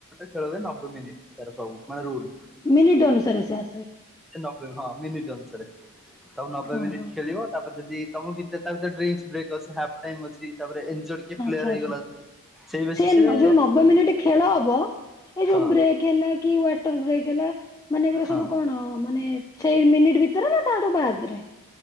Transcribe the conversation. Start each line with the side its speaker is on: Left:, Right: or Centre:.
Centre: ଖେଲିବେ ନବେ ମିନିଟ ତାର ସବୁ ମାନେ ରୁଲ
Left: ମିନିଟ ଅନୁସାରେ ସେ ଆସେ
Centre: ନବେ ହଁ ମିନଟ ଅନୁ ତ ନବେ
Left: ହଁ
Centre: ମିନିଟ୍
Left: ହଁ
Centre: ଖେଳିବ ତାପରେ ଯଦି ତମ ଭିତରେ ତା ଭିତରେ ଡ୍ରିଂକ୍ସ ବ୍ରେକ ହାଫ୍ ଟାଇମ୍ ଅଛି। ତାପରେ ଏନଜୋଡ୍ କିଏ
Left: ଆଚ୍ଛା
Centre: ପ୍ଲେୟାର
Left: ଆଚ୍ଛା।
Centre: ହେଇଗଲା ସେଇ ବେସିସ
Left: ସେ
Centre: ରେ
Left: ଯୋଉ ନବେ ମିନିଟ ଖେଳ ହବ ଏ ଯୋଉ
Centre: ହଁ
Left: ବ୍ରେକ୍ ହେଲା କି ୱାଟର ବ୍ରେକ ହେଲା ମାନେ ଏଗୁରା
Centre: ହଁ
Left: ସବୁ କଣ ମାନେ ସେଇ ମିନିଟ ଭିତରେ ନା ତାଠୁ ବାଦରେ?